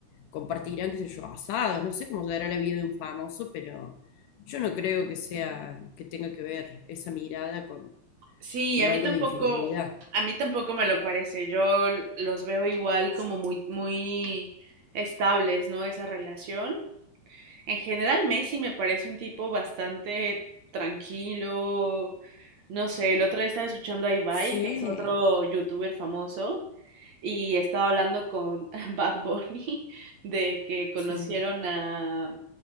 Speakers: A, on the left (about 70°); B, on the right (about 55°).
A: compartirán, qué sé yo, asados, no sé cómo será la vida de un famoso, pero yo no creo que sea, que tenga que ver esa mirada con,
B: Sí,
A: con
B: a
A: algo
B: mí tampoco,
A: de infidelidad.
B: a mí tampoco me lo parece. Yo l- los veo igual como muy, muy estables, ¿no? Esa relación. En general, Messi me parece un tipo bastante tranquilo. No sé, el otro día estaba escuchando a Ibai,
A: Sí,
B: que es otro youtuber famoso, y estaba hablando con <laughs> Bad Bunny de que conocieron
A: sí,
B: a,